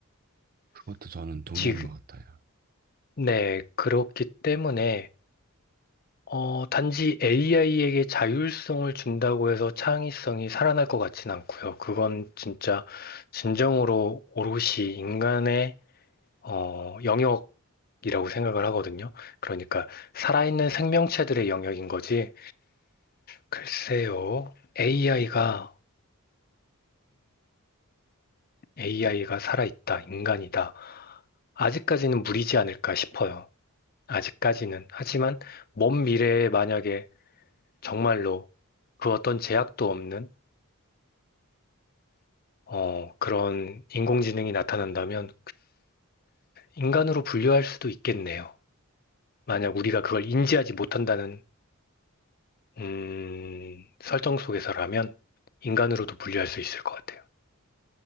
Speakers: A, on the right; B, on the left.
A: 그것도 저는 동의하는
B: 지금,
A: 것 같아요.
B: 네, 그렇기 때문에 어, 단지 AI에게 자율성을 준다고 해서 창의성이 살아날 것 같진 않고요. 그건 진짜 진정으로 오롯이 인간의 어, 영역이라고 생각을 하거든요. 그러니까 살아있는 생명체들의 영역인 거지. 글쎄요, AI가 AI가 살아있다, 인간이다. 아직까지는 무리지 않을까 싶어요. 아직까지는. 하지만 먼 미래에 만약에 정말로 그 어떤 제약도 없는 어, 그런 인공지능이 나타난다면 인간으로 분류할 수도 있겠네요. 만약 우리가 그걸 인지하지 못한다는 음, 설정 속에서라면 인간으로도 분류할 수 있을 것 같아요.